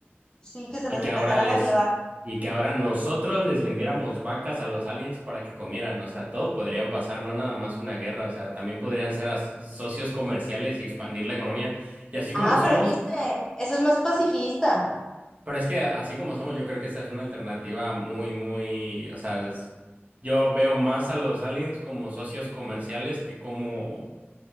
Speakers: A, on the left; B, on the right.
A: Sí, que se
B: Y
A: los
B: que
A: empezaran
B: ahora les,
A: a llevar.
B: y que ahora nosotros les vendiéramos vacas a los aliens para que comieran. O sea, todo podría pasar, no nada más una guerra. O sea, también podrían ser as- socios comerciales y expandir la economía. Y así como
A: Ah,
B: somos,
A: pero viste, eso es más pacifista.
B: pero es que así como somos, yo creo que esa es una alternativa muy, muy, o sea, es- yo veo más a los aliens como socios comerciales que como